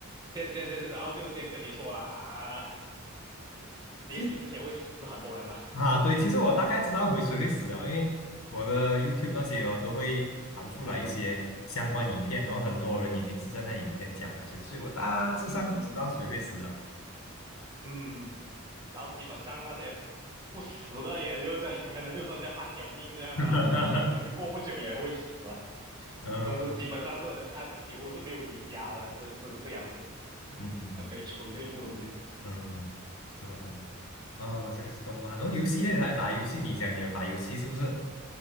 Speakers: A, on the right; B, on the left.
A: 先先先，然后就先跟你说了啊，结局之前会死很多人呐、
B: 其啊，对，其实我大概知道会谁会死啊，因为我的 YouTube 那些哦都会弹出来一些相关影片，然后很多人已经是在那影片讲了，其实所以我大致上都知道谁会死啊。
A: 嗯嗯嗯嗯嗯，然后基本上那些不死的，也就是 <laughs> 可能就剩下半条命这样，
B: <laughs>
A: 然后可能就过不久也会死啊。
B: 嗯
A: 总之，基本上是还是几乎是没有赢家的，这这个这样子，<laughs>
B: 嗯
A: 很悲催的一部东西。
B: 嗯，是了是了，哦，这个是动漫，然后游戏那的还打游戏，你讲你有打游戏是不是？